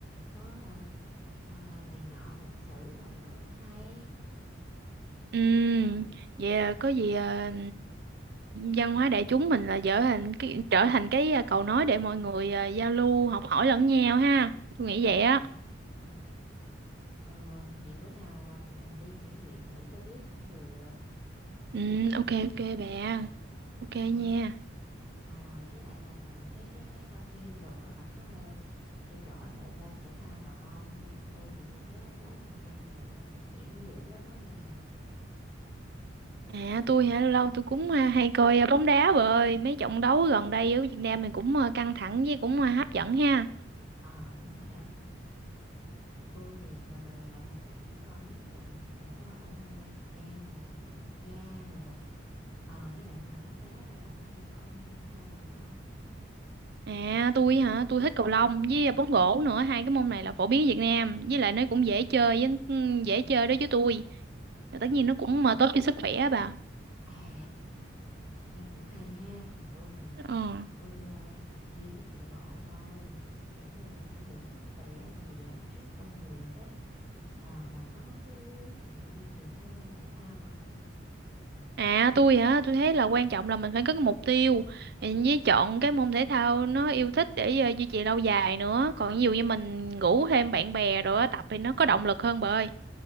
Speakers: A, in the centre; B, on the right.
A: có ờ, ờ, này nọ lịch sử đồ nữa cũng hay
B: Ừ.
A: ờ
B: Vậy là có gì ờ, văn hóa đại chúng mình là trở thành cái trở thành cái à, cầu nối để mọi người à, giao lưu, học hỏi lẫn nhau ha. Tôi nghĩ vậy á.
A: ừ, đúng rồi đó ờ vậy bữa nào à, tụi mình đi trải nghiệm thử cho biết cũng được
B: Ừ, ok ok bà.
A: Ừm,
B: Ok nha.
A: ờ với lại là ngoài cái cái cái coi phim đồ đó bà có là theo dõi bộ môn thể thao nào không tôi thì tôi thấy bóng đá Việt Nam gần đây phát triển dữ lắm á nghe
B: À tôi hả lâu lâu tôi cũng à, hay coi à, bóng đá rồi mấy trận đấu gần đây ở Việt Nam mình cũng à, căng thẳng với cũng à, hấp dẫn ha.
A: ờ đúng rồi đó Tôi thì à, dạo này tôi cũng coi mấy cái trận của U23 hai ba Việt Nam rồi đội tuyển quốc gia đồ á. Ờ với lại ngoài bóng đá ra bà có theo dõi môn thể thao rồi đúng không?
B: À tôi hả tôi thích cầu lông với à, bóng rổ nữa hai cái môn này là phổ biến ở Việt Nam với lại nó cũng dễ chơi với ừ, dễ chơi đối với tôi. Và tất nhiên nó cũng mà tốt cho sức khỏe á bà.
A: À, nghe cũng hay ha. Còn tôi thì
B: Ờ.
A: tôi à, đang tập gym với chạy bộ thôi. Kiểu như là cũng giữ sức khỏe rồi giảm stress công việc đó. Rồi bà có cái bí quyết nào để duy trì thói quen thể thao không?
B: À tôi hả tôi thấy là quan trọng là mình phải có cái mục tiêu với chọn cái môn thể thao nó yêu thích để à, duy trì lâu dài nữa. Còn ví dụ như mình ngủ thêm bạn bè rồi á, tập thì nó có động lực hơn bà ơi.